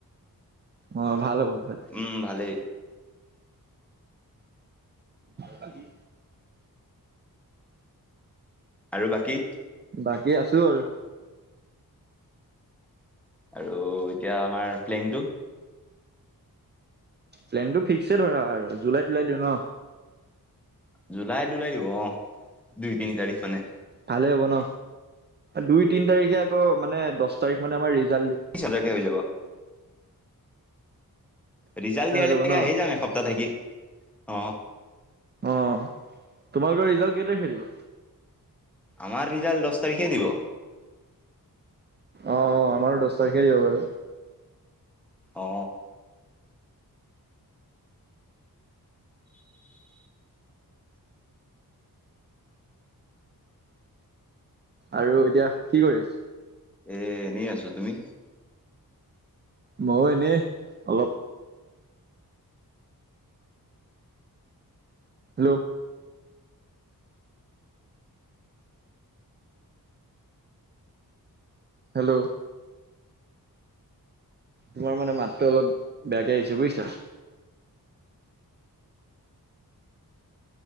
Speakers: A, on the right; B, in the centre.
A: অ ভাল হ'ব সেইফালে
B: উম ভালেই
A: বাকী
B: আৰু বাকী
A: বাকী এই আছো আৰু।
B: আৰু এতিয়া আমাৰ প্লেনটো
A: প্লেন টো ফিক্সেই ধৰা আৰু জুলাই ওলাই দিওঁ ন
B: জুলাই ওলাই দিব অ দুই তিনি তাৰিখ মানে।
A: ভালে হ'ব ন দুই তিনি তাৰিখে আকৌ মানে দহ তাৰিখ মানে আমাৰ ৰিজাল্ট দিব
B: সজাকে হৈ যাব ৰিজাল্ট দিয়ালৈকে
A: যাব ন
B: আহি যাম এসপ্তাহ থাকি অ।
A: অ তোমালোকৰ ৰিজাল্ট কেই তাৰিখে দিব।
B: আমাৰ ৰিজাল্ট দহ তাৰিখে দিব।
A: অ অ আমাৰো দহ তাৰিখে দিব বাৰু।
B: অ।
A: আৰু এতিয়া কি কৰিছ।
B: এনে আছো তুমি।
A: ময় এনেই অলপ। হেল্ল'। হেল্ল'। তোমাৰ মানে মাতটো অলপ বেয়াকে আহিছে বুজিছা।